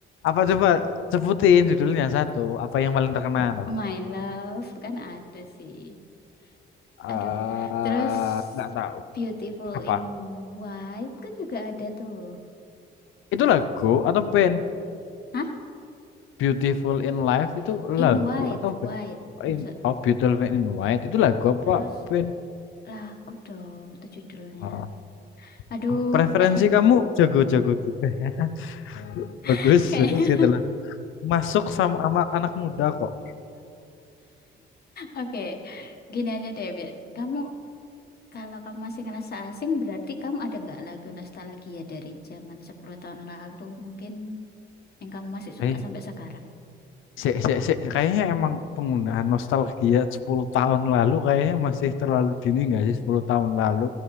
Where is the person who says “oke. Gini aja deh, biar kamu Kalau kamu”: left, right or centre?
Left